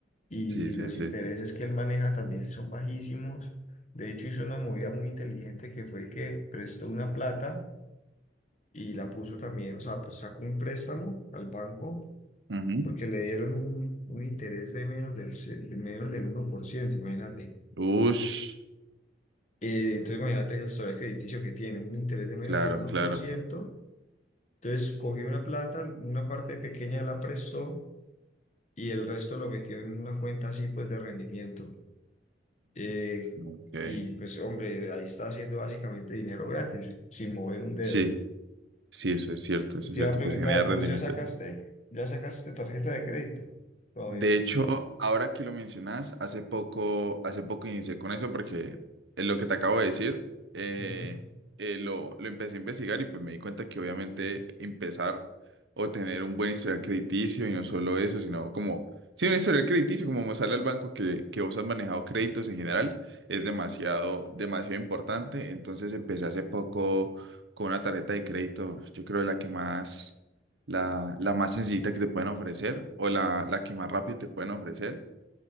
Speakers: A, on the left; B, on the right.
A: y
B: Sí, sí,
A: los
B: sí.
A: intereses que él maneja también son bajísimos. De hecho, hizo una movida muy inteligente que fue que prestó una plata y la puso también, o sea, pues sacó un préstamo al banco
B: Ujú.
A: porque le dieron un, un interés de menos del, ce- de menos del uno por ciento imagínate.
B: Ush,
A: Eh, entonces, imagínate la historia crediticio que tiene, un interés de menos
B: claro,
A: del uno
B: claro.
A: por ciento Entonces, cogió una plata, una parte pequeña la prestó y el resto lo metió en una cuenta así, pues, de rendimiento. Eh,
B: Ujú. Ok.
A: y pues, hombre, ahí está haciendo básicamente dinero gratis, sin mover un dedo.
B: Sí, sí, eso es cierto, eso
A: Y te
B: es cierto.
A: iba a preguntar,
B: Pues genera rendimiento.
A: ¿vos ya sacaste, ya sacaste tarjeta de crédito? Todavía
B: De
A: no.
B: hecho, ahora que lo mencionas, hace poco, hace poco inicié con eso porque es lo que te acabo de decir, eh,
A: Ujú.
B: eh, lo, lo empecé a investigar y pues me di cuenta que obviamente empezar o tener un buen historial crediticio y no solo eso, sino como, sí, un historial crediticio, como mostrarle al banco que, que vos has manejado créditos en general, es demasiado, demasiado importante. Entonces empecé hace poco con una tarjeta de crédito, yo creo de la que más la, la más sencillita que te pueden ofrecer o la, la que más rápido te pueden ofrecer.